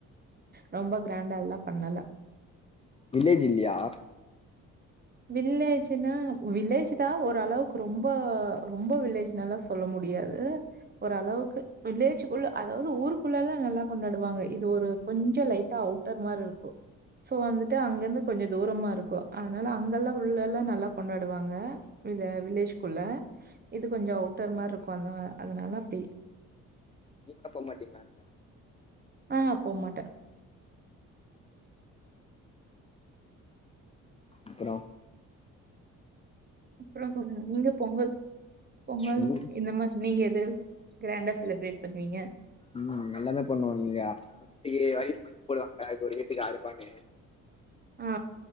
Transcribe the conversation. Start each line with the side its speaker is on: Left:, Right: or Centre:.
Right: ரொம்ப கிராண்டால்லா பண்ணல
Left: வில்லேஜ் இல்லயா
Right: வில்லேஜ்ன்னா வில்லேஜ்தா ஓரளவுக்கு ரொம்ப ரொம்ப வில்லேஜ்னல்லா சொ சொல்ல முடியாது ஓரளவுக்கு வில்லேஜ்க்குள்ள அதாவது ஊருக்குள்ளல்ல நல்லா கொண்டாடுவாங்க இது ஒரு கொஞ்ச லைட்டா அவுட் டர் மாருக்கு சோ வந்துட்டு அங்கிருந்து கொஞ்சோ தூரமா இருக்கு அதனா அதனால அங்கெல்லா உள்ள எல்லா நல்லா கொண்டாடுவாங்க வில்லேஜ்க்குள்ள இது கொஞ்ச அவுட்டர் மாருக்கு அந்த அதனால அப்டி
Left: நீங்களா போ மாட்டீங்களா அங்க
Right: ஆ போ மாட்டே
Left: அப்பறோ
Right: அப்றோ சொல்லுங்க நீங்க பொங்கல் பொங்கல்
Left: ம்
Right: இந்த மரி நீங்க எது கிராண்டா செலிப்ரேட் பண்ணுவீங்க
Left: உ எல்லாமே பண்ணுவாங்க இங்க வீட்டுக்கு வரி போடுவாங்க ஒரு வீட்டுக்கு ஆறுப்பானு
Right: ஆ